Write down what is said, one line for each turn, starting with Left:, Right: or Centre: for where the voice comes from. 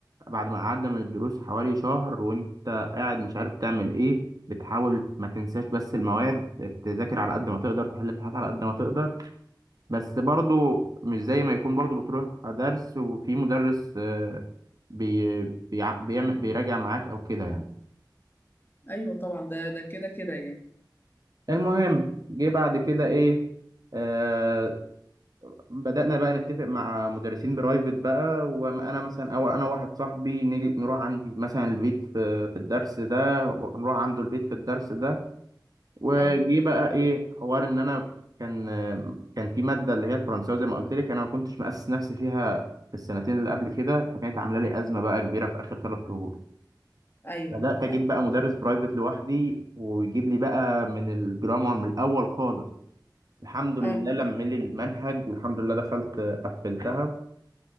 Right: بعد ما قعدنا من الدروس حوالي شهر وانت قاعد مش عارف تعمل ايه بتحاول ما تنساش بس المواد تذاكر على قد ما تقدر تحل الامتحانات على قد ما تقدر بس برضو مش زي ما يكون برضو بتروح درس وفي مدرس آه، بي بيع- بيعمل بيراجع معاك او كده يعني
Left: ايوه طبعا ده ده كده كده يعني
Right: المهم جه بعد كده ايه آه، بدأنا بقى نتفق مع مدرسين برايفت بقى وأنا مثلا أو أنا واحد صاحبي نيجي نروح عندي مثلا البيت في, في الدرس ده ونروح عنده البيت في الدرس ده وجي
Left: اه
Right: بقى إيه حوار إن أنا كان كان في مادة اللي هي الفرنساوي زي ما قلت لك أنا ما كنتش مأسس نفسي فيها في السنتين اللي قبل كده فكانت عاملة لي أزمة بقى كبيرة في آخر ثلاث شهور
Left: ايوه
Right: بدأت أجيب
Left: طب
Right: بقى مدرس برايفت لوحدي ويجيب لي بقى من الجرامر من الأول خالص الحمد لله
Left: اه
Right: لم لي المنهج والحمد لله دخلت قفلتها